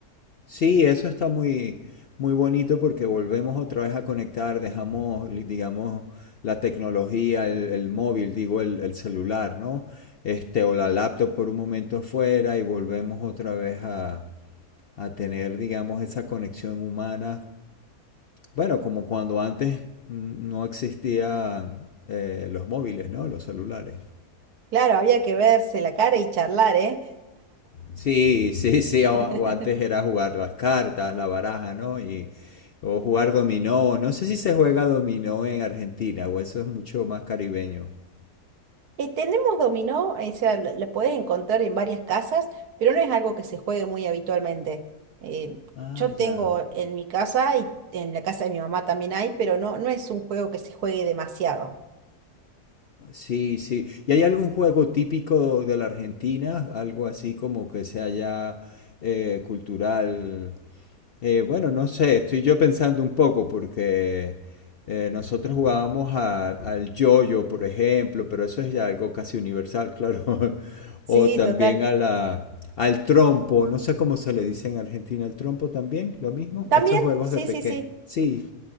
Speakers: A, on the left; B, on the right.
A: Sí, eso está muy, muy bonito porque volvemos otra vez a conectar, dejamos, li- digamos, la tecnología, el, el móvil, digo, el, el celular, ¿no? Este, o la laptop por un momento fuera y volvemos otra vez a, a tener, digamos, esa conexión humana. Bueno, como cuando antes mm, no existían eh, los móviles, ¿no? Los celulares.
B: Claro, había que verse la cara y charlar, ¿eh?
A: Sí, sí, sí,
B: <laughs>
A: o, o antes era jugar las cartas, la baraja, ¿no? Y, o jugar dominó, no sé si se juega dominó en Argentina, o eso es mucho más caribeño.
B: Eh, tenemos dominó, o sea, lo- la puedes encontrar en varias casas, pero no es algo que se juegue muy habitualmente. Eh,
A: Ah,
B: yo tengo
A: ya,
B: en mi casa y en la casa de mi mamá también hay, pero no, no es un juego que se juegue demasiado.
A: sí, sí. ¿Y hay algún juego típico de la Argentina? Algo así como que sea ya eh, cultural Eh, bueno, no sé, estoy yo pensando un poco porque eh, nosotros jugábamos a- al yoyo, por ejemplo, pero eso es ya algo casi universal, claro. <laughs>
B: Sí,
A: O también
B: total.
A: a la, al trompo, no sé cómo se le dice en Argentina, al trompo también, lo mismo.
B: También,
A: Estos juegos
B: sí,
A: de pequeño.
B: sí, sí,
A: Sí,